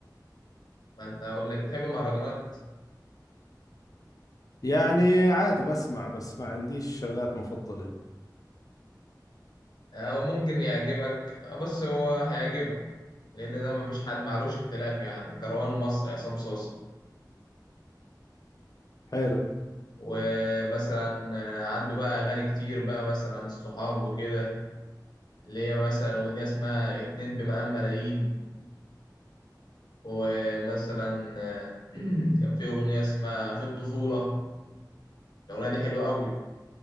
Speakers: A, on the left; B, on the left.
A: ما انت هقول لك بتحب المهرجانات
B: يعني عادي بسمع بس ما عنديش شغلات مفضلة
A: أو ممكن يعجبك بص هو هيعجبك لأن ده مفيش حد معلوش اختلاف يعني كروان مصر عصام صوصة
B: حلو
A: ومثلا عنده بقى أغاني كتير بقى مثلا عن الصحاب وكده اللي هي مثلا أغنية اسمها اتنين بمقام ملايين ومثلا <clears throat> كان في أغنية اسمها في الطفولة الأغنية دي حلوة قوي